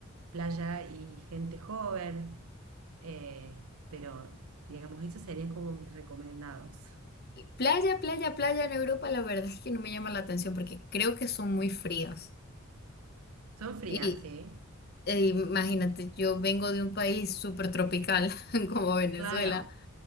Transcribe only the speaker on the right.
playa y gente joven. Eh, pero digamos, esos serían como mis recomendados.
Son frías,
sí,
claro.